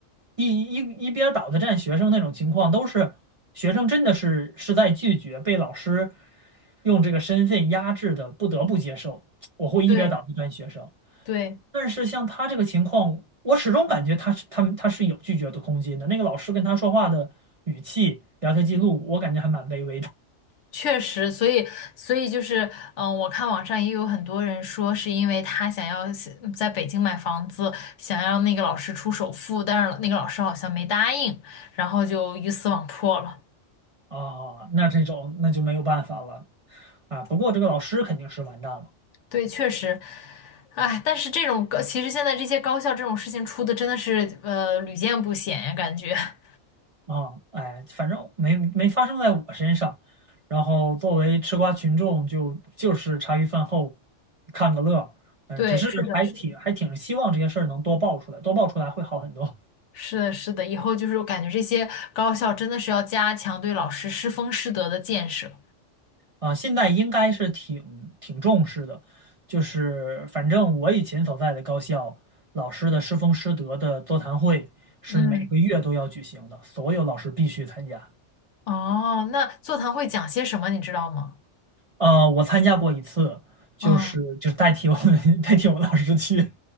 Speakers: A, on the right (about 55°); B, on the left (about 70°).
A: 一一边倒的站学生那种情况，都是学生真的是是在拒绝被老师用这个身份压制的，不得不接受。我会一边倒的站学生。
B: 对对。
A: 但是像他这个情况，我始终感觉他是他他是有拒绝的空间的。那个老师跟他说话的语气、聊天记录，我感觉还蛮卑微的
B: 确实，所以所以就是，嗯、我看网上也有很多人说，是因为他想要是在北京买房子，想要那个老师出首付，但是那个老师好像没答应，然后就鱼死网破了。
A: 啊。那这种那就没有办法了啊。不过这个老师肯定是完蛋了
B: 对，确实，哎，但是这种高，其实现在这些高校这种事情出的真的是呃屡见不鲜呀，感觉。<laughs>
A: 啊。哎，反正没没发生在我身上。然后作为吃瓜群众就，就是茶余饭后看个乐儿嗯，
B: 对，
A: 只是还挺还挺希望这些事儿能多爆出来，
B: 是的，是的，
A: 多爆出来会好很多。
B: 是的，是的，以后就是我感觉这些高校真的是要加强对老师师风师德的建设。
A: 啊，现在应该是挺挺重视的，就是反正我以前所在的高校老师的师风师德的座谈会是每个月都要举行的，
B: 嗯。
A: 所有老师必须参加。
B: 哦，那座谈会讲些什么，你知道吗？
A: 呃，我参加过一次，就是就是代替我
B: 嗯，
A: <laughs> 代替我老师去